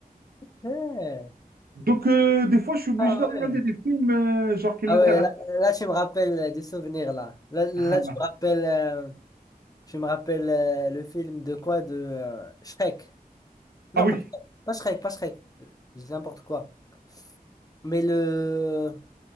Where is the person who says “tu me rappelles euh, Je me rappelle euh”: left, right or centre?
Left